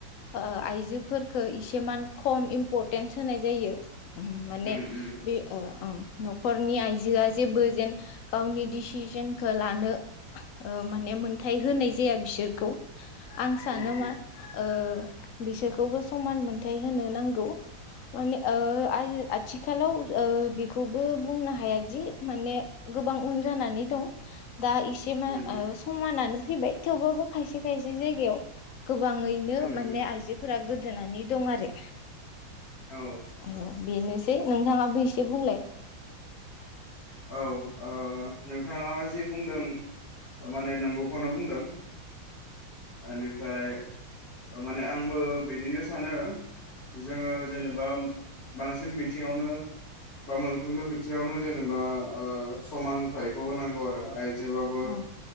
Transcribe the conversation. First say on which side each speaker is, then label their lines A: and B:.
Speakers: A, on the left (about 65°); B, on the left (about 50°).
A: ओ आइजोफोरखो इसेमान खम इम्परटेन्स होनाय जायो। माने
B: उम उम
A: बे ओ न'खर नि आइजोआ जेबो जेन गावनि डिसिजनखौ लानो ओ माने मोनथाय होनाय जाया बिसोरखौ। आं सानो
B: उम उम
A: मा? ओ बिसोरखौबो समान मोनथाय होनो नांगौ माने ओ आथिखालाव ओ बेखौबो बुंनो हायादि माने गोबां उन जानानै दं। दा एसे मा
B: उम
A: समानानो फैबाय थेवबाबो खायसे खायसे जायगायाव गोबाङैनो
B: उम
A: माने
B: उम
A: आइजोफोरा गोदोनानै दं आरो।
B: औ
A: ओ बेनोसै नोंथाङाबो एसे बुंलाय
B: औ ओ नोंथाङा जि बुंदों माने नंगौखौनो बुंदों। बेनिफ्राय माने आंबो बिदिनो सानो। जोङो जेनेबा बांसिन बिथिङावनो बा मोनफ्रोमबो बिथिङावनो जेनेबा बा ओ समान थायखौ होनांगौ आरो आइ जोबाबो
A: उम